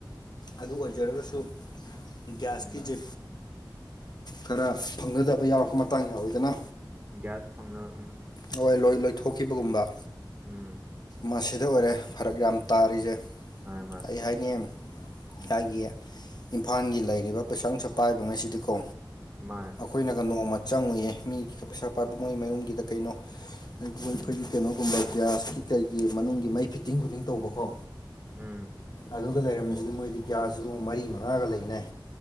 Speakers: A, on the left; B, on the right.
A: ꯑꯗꯨ ꯑꯣꯏꯖꯔꯒꯁꯨ ꯒ꯭ꯌꯥꯁꯀꯤꯁꯦ
B: ꯎꯝ
A: ꯈꯔ ꯐꯪꯒꯗꯕ ꯌꯥꯎꯔꯛꯄ ꯃꯇꯥꯡ ꯌꯥꯎꯋꯤꯗꯅ
B: ꯀ꯭ꯔꯤꯁ ꯐꯪꯅ ꯎꯝ
A: ꯍꯣꯏ ꯂꯣꯏ ꯂꯣꯏꯊꯣꯛꯈꯤꯕꯒꯨꯝꯕ
B: ꯎꯝ
A: ꯃꯁꯤꯗ ꯑꯣꯏꯔꯦ ꯐꯔꯛ ꯌꯥꯝ ꯇꯥꯔꯤꯁꯦ
B: ꯃꯥꯅꯦ ꯃꯥꯅꯦ
A: ꯀꯔꯤ ꯍꯥꯢꯅꯤ ꯂꯩꯒꯥꯢꯒꯤ
B: ꯎꯝ
A: ꯏꯝꯐꯥꯜꯒꯤ ꯂꯩꯔꯤꯕ ꯄꯩꯁꯥ ꯅꯨꯡꯁꯥ ꯄꯥꯏꯕ ꯉꯁꯤꯗꯤ ꯀꯣ
B: ꯃꯥ
A: ꯑꯩꯈꯣꯏꯅꯒ ꯅꯣꯡꯃ ꯆꯪꯉꯨꯏꯌꯦ ꯃꯤꯒꯤꯒ ꯄꯩꯁꯥ ꯄꯥꯕ ꯉꯣꯏ ꯃꯌꯨꯝꯒꯤꯗ ꯀꯩꯅꯣ ꯑꯗꯨꯒ
B: ꯎꯝ
A: ꯑꯩꯈꯣꯏ ꯀꯩꯅꯣꯒꯨꯝꯕ ꯒ꯭ꯌꯥꯁꯀꯤ ꯀꯩꯒꯤ ꯃꯅꯨꯡꯒꯤ ꯃꯩ ꯐꯤꯠꯇꯤꯡ ꯈꯨꯨꯗꯤꯡ ꯇꯧꯕꯀꯣ
B: ꯎꯝ
A: ꯑꯗꯨꯒ ꯂꯩꯔꯝꯃꯤꯁꯤꯗꯤ ꯃꯣꯏꯗꯤ ꯒ꯭ꯌꯥꯁꯁꯨ ꯃꯔꯤ ꯃꯉꯥꯒ ꯂꯩꯅꯩ